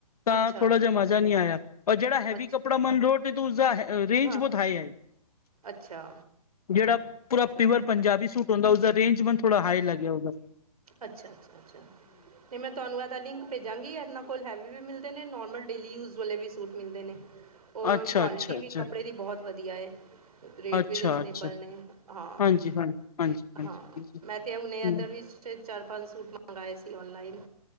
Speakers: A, on the left (about 70°); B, on the right (about 70°).
A: ਤਾਂ
B: ਅੱਛਾ
A: ਥੋੜਾ ਜੇਆ ਮਜ਼ਾ ਨੀ ਆਯਾ ਔਰ ਜੇੜਾ ਹੈਵੀ
B: ਅੱਛਾ
A: ਕੱਪੜਾ ਮਾੰਨ ਰੋ ਟੇ ਡੂਜ਼ਾ ਰੇਂਜ
B: ਹਾਂ
A: ਬੋਤ ਹਾਈ ਆਈ।
B: ਅੱਛਾ।
A: ਜੇੜਾ ਪੂਰਾ
B: ਅੱਛਾ
A: ਪਿਵਰ ਪੰਜਾਬੀ ਸੂਟ ਹੁੰਦਾ, ਉਸਦਾ ਰੇਂਜ ਮਾੰਨ ਥੋੜਾ ਹਾਈ ਲੱਗੇਆ ਉਦਾ।
B: ਅੱਛਾ-ਅੱਛਾ, ਅੱਛਾ ਤੇ ਮੈਂ ਤਾਨੂੰ ਐਦਾ ਲਿੰਕ ਪੇਜਾਂਗੀ ਐਨਾਂ ਕੋਲ ਹੈਵੀ ਵੀ ਮਿਲਦੇ ਨੇ, ਨੋਰਮਲ ਡੇਲੀ ਯੂਜ਼ ਵਾਲੇ ਵੀ ਸੂਟ ਮਿਲਦੇ ਨੇ। ਔਰ,
A: ਅੱਛਾ
B: ਕੁਵਾਲਿਟੀ
A: ਅੱਛਾ ਅੱਛਾ
B: ਵੀ ਕੱਪੜੇ ਦੀ ਬਹੁਤ ਵਧੀਆ ਏ। ਰੇਟ
A: ਅੱਛਾ
B: ਵੀ ਰੀਜ਼ਨੇਬਲ
A: ਅੱਛਾ
B: ਨੇ। ਹਾਂ-ਹਾਂ
A: ਹਾਂਜੀ ਹਾਂਜੀ ਹਾਂਜੀ ਹਾਂਜੀ ਹਾਂਜੀ
B: ਮੈਂ ਤੇ ਹੁਣੇ
A: ਹਮ
B: ਇਧਰ ਵੀ। ਤੇ ਚਾਰ-ਪੰਜ ਸੂਟ ਮੰਗਾਏ ਸੀ, ਔਨਲਾਈਨ।